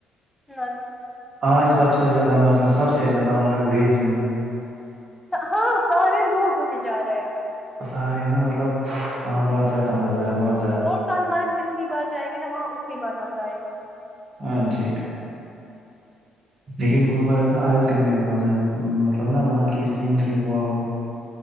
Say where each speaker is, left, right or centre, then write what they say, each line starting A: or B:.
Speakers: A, in the centre; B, on the right.
A: نہ
B: آج سب سے زیادہ مزہ سب سے زیادہ مزہ گریز میں ہے
A: ہاں سارے لوگ وہیں جا رہے ہیں
B: سارے نا مطلب وہاں بہت زیادہ مزہ ہے بہت زیادہ
A: اور سون مارگ جتنی بار جائیں گے نا وہاں اتنی بار مزہ آئے گا
B: ہاں جی لیکن گمرگ
A: اوکے،
B: نا الٹیمیٹ بنا مطلب نا وہاں کی سینری وؤ